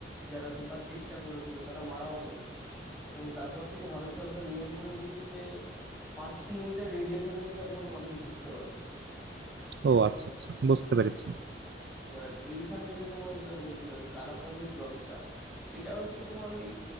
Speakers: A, in the centre; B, on the right.
A: যারা ঢোকার চেষ্টা করেছিল তারা মারাও গেছে এবং তারপর থেকে ভারত সরকার নিয়ম করে দিয়েছে যে পাঁচ কিলোমিটার রেডিয়াসের মধ্যে আর কোনো মানুষ ঢুকতে পারবে না
B: ও আচ্ছা আচ্ছা বুঝতে পেরেছি
A: এবার এইখানে যে তোমায় যেটা বলছিলাম এই কালাপানির প্লটটা এটা হচ্ছে তোমার ওই